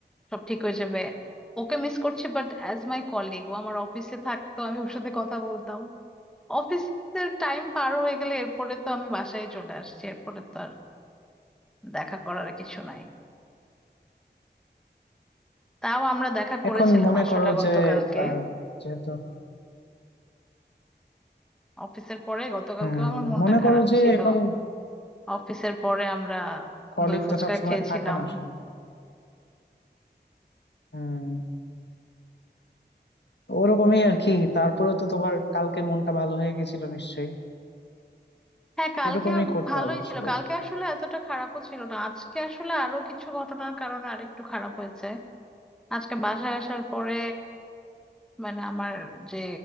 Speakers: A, in the centre; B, on the left.
A: সব ঠিক হয়ে যাবে ওকে মিস করছি বাট অ্যাজ মাই কলিগ ও আমার অফিসে থাকতো আমি ওর সাথে কথা বলতাম অফিসের টাইম পার হয়ে গেলে এরপরে তো আমি বাসায় চলে আসছি এরপরে তো আর দেখা করার কিছু নাই তাও আমরা দেখা করেছিলাম
B: এখন মনে
A: আসলে
B: করো
A: গতকালকে
B: যে আহ, যেহেতু
A: অফিসের পরে গতকালকেও
B: হম
A: আমার মনটা
B: মনে
A: খারাপ
B: করো যে
A: ছিল
B: এখন
A: অফিসের পরে আমরা
B: কলিগ
A: দই ফুচকা
B: তো সবসময়
A: খেয়েছিলাম
B: থাকে না আসলে হম ওরকমই আর কি তারপরে তো তোমার কালকে মনটা ভালো হয়ে গেছিল নিশ্চয়ই
A: হ্যাঁ কালকে
B: এরকমই করতে
A: ভালোই
B: হবে আসলে
A: ছিল কালকে আসলে এতটা খারাপও ছিল না আজকে আসলে আরো কিছু ঘটনার কারণে আরেকটু খারাপ হয়েছে আজকে বাসায় আসার পরে মানে আমার যে